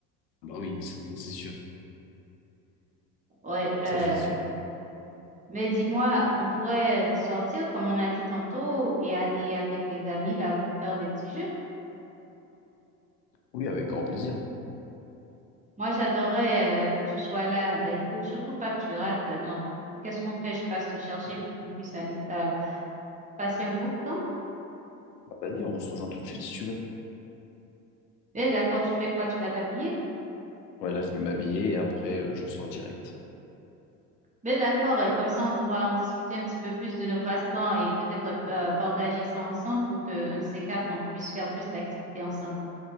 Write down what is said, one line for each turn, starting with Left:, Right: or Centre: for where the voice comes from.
Left: Bah oui, ça ça, c'est sûr.
Right: Ouais, euh,
Left: Ça, c'est sûr.
Right: mais dis-moi, on pourrait sortir comme on a dit tantôt et aller avec les amis là pour faire des petits jeux.
Left: Oui, avec grand plaisir.
Right: Moi, j'adorais euh, que tu sois là. Euh, Il faut surtout pas que tu rates. Donc, qu'est-ce qu'on fait? Je passe te chercher pour qu'on puisse aller euh, passer un bon temps.
Left: Bah, vas-y, on se rejoint tout de suite si tu veux.
Right: Mais d'accord, tu fais quoi? Tu vas t'habiller?
Left: Ouais, là, je vais m'habiller et après, euh, je sors direct.
Right: Mais d'accord, euh, comme ça, on pourra en discuter un petit peu plus de nos passe-temps et peut-être euh, partager ça ensemble pour que un de ces quatre, on puisse faire plus d'activités ensemble.